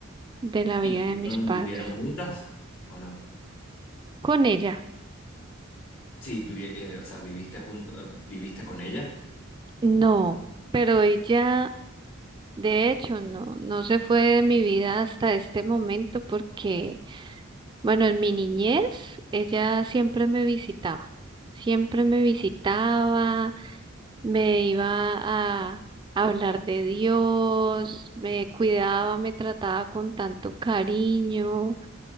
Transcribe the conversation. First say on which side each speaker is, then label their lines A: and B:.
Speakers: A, on the right (about 25°); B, on the left (about 70°).
A: de la
B: ¿Y
A: vida
B: vivieron,
A: de mis padres.
B: vivieron juntas o no?
A: Con ella,
B: Sí, vivi- eh, o sea, viviste junto, eh, viviste con ella.
A: no, pero ella De hecho, no, no se fue de mi vida hasta este momento porque, bueno, en mi niñez ella siempre me visitaba, siempre me visitaba, me iba a hablar de Dios, me cuidaba, me trataba con tanto cariño